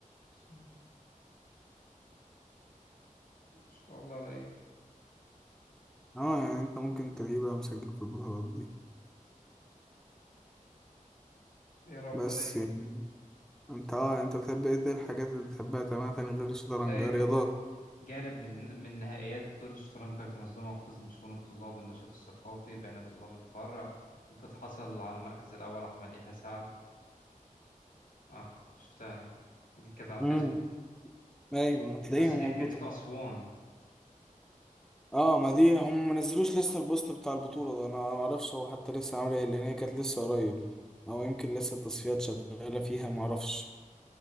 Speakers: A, on the left; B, in the centre.
A: صح. إن شاء الله ألاقيه
B: اه يعني انت ممكن تلاقيه بقى مسجل في البطولات دي
A: يا رب
B: بس
A: ألاقيه
B: يعني انت اه انت بتحب ايه إيه الحاجات اللي بتحبها تماما تاني غير الشطرنج
A: لقيته
B: رياضات
A: آه. جانب من من نهائيات بطولة الشطرنج كانت تنظمها قسم شؤون الطلاب النشاط الثقافي بين طلاب الفرع وقد حصل على المركز الأول أحمد يحيى سعد اه شفتها اهي دي كانت على الفيسبوك
B: امم ايوه هتلاقيها
A: بس
B: موجوده
A: دي كانت دي في أسوان
B: اه ما دي هم ما نزلوش لسه البوست بتاع البطوله ده انا ما اعرفش هو حتى لسه عامل ايه لان هي كانت لسه قريب او يمكن لسه التصفيات شغاله فيها ما اعرفش